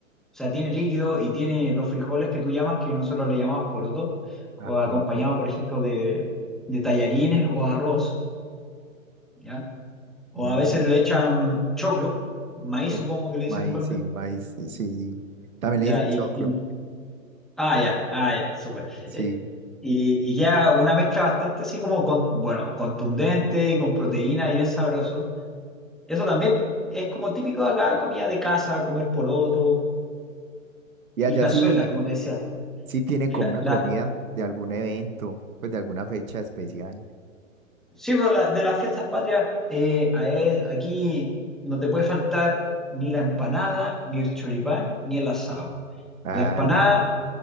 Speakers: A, in the centre; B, on the right.
A: sea, tiene líquido y tiene los frijoles que tú llamas, que nosotros le llamamos poroto, co-
B: Ah, poroto.
A: acompañado,
B: sí.
A: por ejemplo, de, de tallarines o arroz, ¿ya? O
B: Mm,
A: a veces le echan choclo, maíz
B: cho-
A: supongo que le dicen
B: Maíz,
A: en Colombia,
B: sí, maíz, sí, sí. sí. También
A: ¿ya?
B: le dicen
A: Y,
B: choclo,
A: y- ah, ya, ah, ya, súper.
B: sí.
A: Eh, y, y ya una mezcla bastante así como, con, bueno, contundente, con proteína y bien sabroso. Eso también es como típico de acá, comida de casa, comer porotos
B: Y allá
A: y cazuela,
B: sí,
A: como te decía.
B: sí tienen
A: Que
B: como
A: la,
B: una
A: la-
B: comida de algún evento, pues de alguna fecha especial.
A: Sí, pues, la- de las fiestas patrias, eh, a- es- aquí no te puede faltar ni la empanada, ni el choripán, ni el asado.
B: Ah,
A: La empanada
B: la,